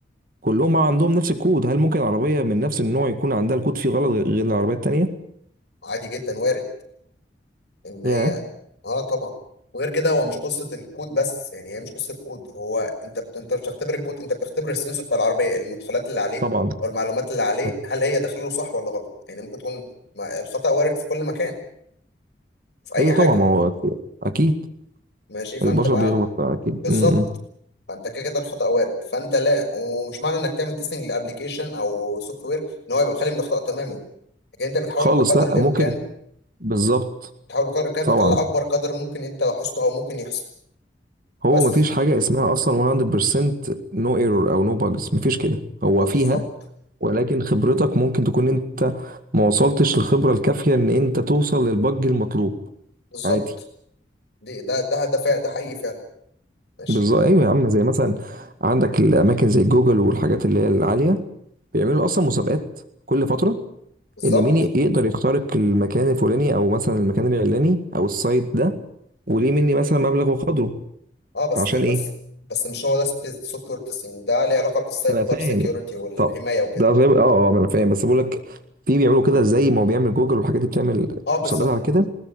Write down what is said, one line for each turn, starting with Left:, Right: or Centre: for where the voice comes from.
Right: كلهم عندهم نفس الكود هل ممكن عربيه من نفس النوع يكون عندها الكود فيه غلط غير العربيه التانيه
Left: عادي جدا وارد ان
Right: يا
Left: هي اه طبعا وغير كده هو مش قصه الكود بس يعني هي مش قصه كود هو انت بت... انت مش بتختبر الكود انت بتختبر السنسور بتاع العربيه المدخلات اللي عليه
Right: طبعا
Left: او المعلومات اللي عليه
Right: أك-
Left: هل هي داخله له صح ولا غلط يعني ممكن تكون ما- الخطا وارد في كل مكان في اي
Right: ايوه
Left: حاجه
Right: طبعا ما هو أك- اكيد
Left: ماشي فانت
Right: البشر
Left: بقى
Right: بيغلط اكيد
Left: بالظبط
Right: م- م.
Left: فانت كده كده الخطا وارد فانت لا ومش معنى انك تعمل تيستنج لابلكيشن او سوفت وير ان هو يبقى خالي من الاخطاء تماما لكن انت بتحاول
Right: خالص
Left: بقدر
Right: لا
Left: الامكان
Right: ممكن بالظبط
Left: تحاول بقدر الامكان
Right: طبعا
Left: تطلع اكبر قدر ممكن انت لاحظته او ممكن يحصل
Right: هو
Left: بس
Right: مفيش حاجة اسمها أصلا 100% no error أو no bugs مفيش كده هو
Left: اه بالظبط
Right: فيها ولكن خبرتك ممكن تكون أنت ما وصلتش للخبرة الكافية إن أنت توصل للبج المطلوب
Left: بالظبط
Right: عادي
Left: دي ده ده ده فعلا ده حقيقي فعلا ماشي
Right: بالظبط أيوة يا عم زي مثلا عندك الأماكن زي جوجل والحاجات اللي هي العالية بيعملوا أصلا مسابقات كل فترة
Left: بالظبط
Right: إن مين يقدر يخترق المكان الفلاني أو مثلا المكان العلاني أو السايت ده وليه مني مثلا مبلغ وقدره
Left: اه بس
Right: عشان
Left: بس
Right: إيه؟
Left: بس مش هو ده السوفت وير تيستنج ده ليه علاقه بالسايبر
Right: انا فاهم
Left: سيكيورتي والحمايه
Right: طب
Left: وكده
Right: ده غير اه اه ما انا فاهم بس بقول لك في بيعملوا كده زي ما هو بيعمل جوجل والحاجات دي بتعمل
Left: اه بالظبط
Right: مسابقات على كده